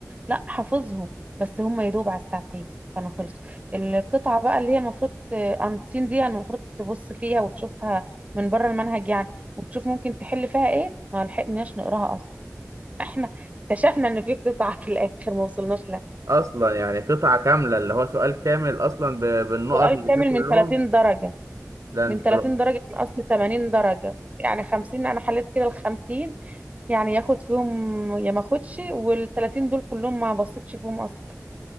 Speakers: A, on the right (about 25°); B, on the right (about 75°).
A: لا حافظهم بس هم يدوب على الساعتين كانوا خلص القطعة بقى اللي هي المفروض انسين دي المفروض تبص فيها وتشوفها من بره المنهج يعني وتشوف ممكن تحل فيها ايه ما لحقناش نقراها اصلا احنا اكتشفنا ان في قطعة في الاخر ما وصلناش لها
B: اصلا يعني قطعه كامله اللي هو سؤال كامل اصلا ب... بالنقط
A: سؤال
B: اللي
A: كامل
B: فيه كلهم
A: من 30 درجة
B: ده انت
A: من 30
B: رعب.
A: درجة من اصل 80 درجة يعني 50 انا حليت كده ال 50 يعني ياخد فيهم يا ما اخدش وال 30 دول كلهم ما بصيتش فيهم اصلا